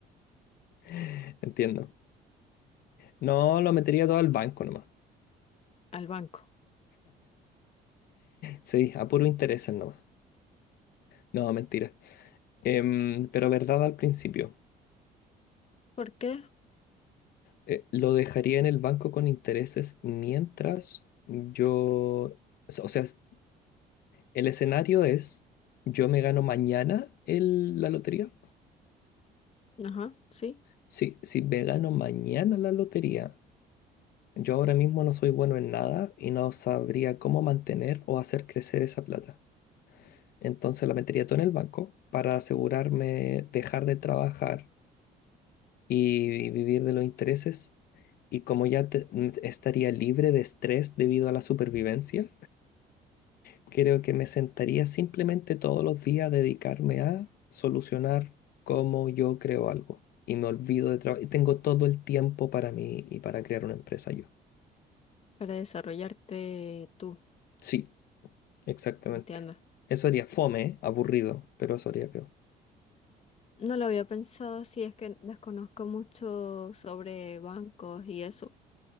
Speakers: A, on the left (about 65°); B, on the left (about 40°).
A: <laughs> entiendo. No, lo metería todo al banco nomás.
B: Al banco.
A: Sí, a puro interés nomás. No, mentira. Em, pero verdad al principio,
B: ¿Por qué?
A: eh, lo dejaría en el banco con intereses mientras yo... s- O sea, es- el escenario es, yo me gano mañana el- la lotería.
B: Ajá, sí,
A: Sí, si me gano mañana la lotería. Yo ahora mismo no soy bueno en nada y no sabría cómo mantener o hacer crecer esa plata. Entonces la metería todo en el banco para asegurarme dejar de trabajar y vivir de los intereses. Y como ya te- mm, estaría libre de estrés debido a la supervivencia, creo que me sentaría simplemente todos los días a dedicarme a solucionar cómo yo creo algo. Y me olvido de trabajar. Y tengo todo el tiempo para mí y para crear una empresa yo.
B: <laughs> para desarrollarte tú,
A: Sí. Exactamente.
B: entiendo.
A: Eso haría fome, ¿eh? aburrido, pero eso haría creo.
B: No lo había pensado, sí, es que desconozco mucho sobre bancos y eso,